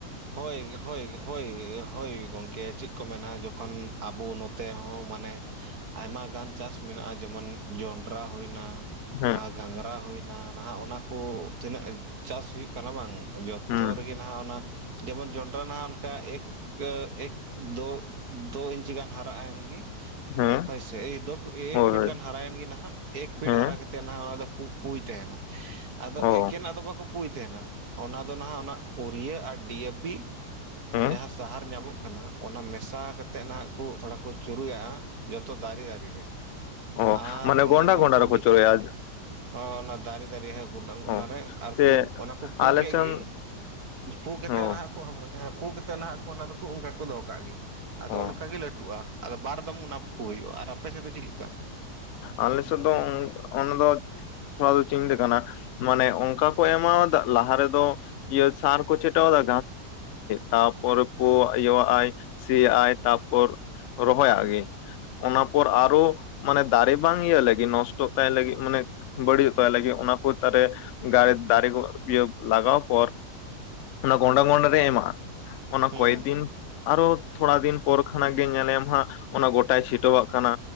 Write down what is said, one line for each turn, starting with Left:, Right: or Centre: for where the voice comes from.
Right: ᱦᱳᱭ ᱦᱳᱭ ᱦᱳᱭ ᱦᱳᱭ ᱜᱚᱢᱠᱮ ᱪᱮᱫ ᱠᱚ ᱢᱮᱱᱟ ᱡᱚᱠᱷᱚᱱ ᱟᱵᱚ ᱱᱚᱛᱮ ᱦᱚᱸ ᱢᱟᱱᱮ᱾ ᱟᱭᱢᱟᱜᱟᱱ ᱪᱟᱥ ᱢᱮᱱᱟᱜᱼᱟ ᱡᱮᱢᱚᱱ ᱡᱚᱱᱰᱨᱟ ᱦᱩᱭᱱᱟ᱾
Left: ᱦᱮᱸ
Right: ᱟᱨ ᱜᱷᱟᱸᱜᱨᱟ ᱦᱩᱭᱱᱟ ᱱᱟᱦᱟᱜ ᱚᱱᱟ ᱠᱚ ᱛᱤᱱᱟᱹᱜ ᱪᱟᱥ ᱦᱩᱭᱩᱜ ᱠᱟᱱᱟ ᱵᱟᱝ
Left: ᱦᱩᱸ
Right: ᱛᱚ ᱨᱮᱜᱮ ᱱᱟᱦᱟᱜ ᱚᱱᱟ ᱡᱮᱢᱚᱱ ᱡᱚᱱᱰᱨᱟ ᱱᱟᱦᱟᱜ᱾ ᱚᱱᱠᱟ ᱮᱠ ᱮᱠ ᱫᱳ ᱤᱧᱪᱤ ᱜᱟᱱ ᱦᱟᱨᱟᱜᱱ ᱜᱮ᱾
Left: ᱦᱮᱸ
Right: ᱦᱚᱭ ᱥᱮ ᱫᱳ ᱮᱠ
Left: ᱦᱳᱭ
Right: ᱯᱷᱤᱴ
Left: ᱦᱳᱭ
Right: ᱜᱟᱱ ᱦᱟᱨᱟᱭᱮᱱ ᱜᱮ ᱱᱟᱟᱜ ᱮᱠ ᱯᱷᱤᱴ
Left: ᱦᱮᱸ
Right: ᱦᱟᱨᱟ ᱠᱟᱛᱮ ᱚᱱᱟ ᱫᱚ ᱯᱩᱭ ᱛᱟᱦᱮᱱᱟ ᱟᱫᱚ
Left: ᱚ
Right: ᱮᱠᱮᱱᱟ ᱫᱚ ᱵᱟᱼᱼ ᱯᱩᱭ ᱛᱟᱦᱮᱱᱟ ᱚᱱᱟ ᱫᱚ ᱱᱟᱦᱟᱜ ᱚᱱᱟ ᱩᱨᱤᱭᱟᱹ ᱟᱨ ᱰᱤᱭᱮ ᱯᱤ
Left: ᱦᱮᱸ
Right: ᱡᱟᱦᱟᱸ ᱥᱟᱦᱟᱨ ᱧᱟᱢᱚᱜ᱾ ᱚᱱᱟ ᱢᱮᱥᱟ ᱠᱟᱛᱮ ᱱᱟᱜ ᱠᱚ ᱛᱷᱚᱲᱟ ᱠᱚ ᱪᱩᱨᱩᱡᱜᱼᱟ ᱡᱚᱛᱚ ᱫᱟᱨᱮ ᱫᱟᱨᱮ ᱨᱮ᱾
Left: ᱚ
Right: ᱟᱨ
Left: ᱢᱟᱱᱮ
Right: ᱚᱱᱟ
Left: ᱜᱚᱱᱰᱟ
Right: ᱫᱚ
Left: ᱜᱚᱱᱰᱟ
Right: ᱠᱩᱰᱤ
Left: ᱨᱮᱠᱚ ᱪᱚᱨᱟᱭᱟ
Right: ᱚ ᱚᱱᱟ ᱫᱟᱨᱮ ᱫᱟᱨᱮ ᱜᱩᱰᱟᱹ ᱚᱱᱟᱨᱮ
Left: ᱚ
Right: ᱟᱨᱠᱩ
Left: ᱥᱮ
Right: ᱚᱱᱟ ᱠᱚ ᱯᱩ
Left: ᱟᱞᱮ
Right: ᱠᱮᱫ
Left: ᱥᱮᱱ
Right: ᱜᱤ᱾ ᱯᱩ ᱠᱟᱛᱮ
Left: ᱦᱚᱸ
Right: ᱱᱟᱦᱟᱜ ᱠᱚ ᱦᱮᱸ ᱯᱩ ᱠᱟᱛᱮ ᱱᱟᱦᱟᱜ ᱠᱚ ᱚᱱᱟ ᱫᱚᱠᱚ ᱚᱱᱠᱟ ᱠᱚ ᱫᱚᱦᱚ ᱠᱟᱜ ᱜᱮ᱾ ᱟᱫᱚ
Left: ᱦᱚᱸ
Right: ᱚᱱᱠᱟᱜᱮ ᱞᱟᱹᱴᱩᱜᱼᱟ ᱟᱫᱚ ᱵᱟᱨ ᱫᱚᱢ ᱚᱱᱟ ᱠᱚ ᱦᱩᱭᱩᱜᱼᱟ ᱟᱨ ᱟᱯᱮ ᱥᱮᱫ ᱫᱚ ᱪᱮᱫᱞᱮᱠᱟ᱾
Left: ᱟᱞᱮ ᱥᱮᱫ ᱫᱚ ᱚᱱᱟ ᱫᱚ ᱛᱷᱚᱲᱟ ᱫᱚ ᱪᱤᱱᱛᱟᱹ ᱠᱟᱱᱟ᱾ ᱢᱟᱱᱮ ᱚᱱᱠᱟ ᱠᱚ ᱮᱢᱟᱣᱟᱫᱟ ᱞᱟᱦᱟ ᱨᱮᱫᱚ ᱤᱭᱟᱹ ᱥᱟᱨ ᱠᱚ ᱪᱤᱴᱟᱹᱣᱟᱫᱟ᱾ ᱛᱟᱯᱚᱨ ᱯᱩ ᱤᱭᱟᱹ ᱥᱤ ᱟᱭ ᱛᱟᱨᱯᱚᱨ ᱨᱚᱦᱚᱭᱟᱜ ᱜᱮ ᱚᱱᱟ ᱯᱚᱨ ᱟᱨᱚ᱾ ᱢᱟᱱᱮ ᱫᱟᱨᱮ ᱵᱟᱝ ᱤᱭᱟᱹ ᱞᱟᱹᱜᱤᱫ ᱱᱚᱥᱴᱚ ᱛᱟᱭ ᱞᱟᱹᱜᱤᱫ ᱢᱟᱱᱮ᱾ ᱵᱟᱹᱲᱤᱡ ᱛᱟᱭ ᱞᱟᱹᱜᱤᱫ ᱚᱱᱟ ᱠᱚ ᱛᱟᱨᱮ ᱫᱟᱨᱮ ᱠᱚ ᱤᱭᱟᱹ ᱞᱟᱜᱟᱣ ᱯᱚᱨ᱾ ᱚᱱᱟ ᱜᱚᱸᱰᱟ ᱜᱚᱸᱰᱟ ᱨᱮ ᱮᱢᱟᱜᱼᱟ ᱚᱱᱟ
Right: ᱦᱩᱸ
Left: ᱠᱚᱭᱮᱠ ᱫᱤᱱ᱾ ᱟᱨᱚ ᱛᱷᱚᱲᱟ ᱫᱤᱱ ᱯᱚᱨ ᱠᱷᱚᱱᱟᱜ ᱜᱮ ᱧᱮᱞᱮᱢ ᱦᱟᱸᱜ ᱚᱱᱟ ᱜᱚᱴᱟᱭ ᱪᱷᱤᱴᱟᱹᱣᱟᱜ ᱠᱟᱱᱟ᱾